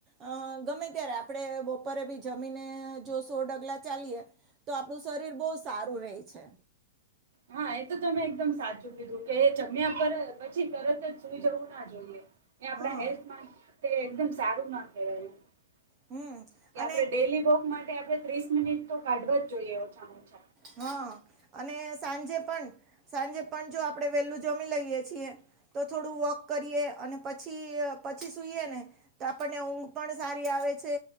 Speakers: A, on the right; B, on the right.
A: અ ગમ્મે ત્યારે આપડે બપોરે બી જમીને સો ડગલા ચાલીએ તો આપણું શરીર બોવ સારું રેછે
B: હા એ તો તમે એકદમ સાચું કીધું કે એ જમ્યા પર પછી તરત જ સુઈ જવું ના જોઈએ. એ આપણા
A: હા
B: હેલ્થમાં તે એકદમ સારું ના કહેવાય. એ
A: હમ
B: કે
A: અને
B: આપડે ડેલી વોક માટેઆપડે ત્રીસ મિનિટ તો કાઢવા જ જોઈએ ઓછામાં ઓછા.
A: હું સાંજે પણ જો આપડે વેલુ જમી લઈએ છીએ તો થોડું વોક કરીએ અને પછી પછી સુઈએ ને તો આપણને ઊંઘ પણ સારી આવે છે.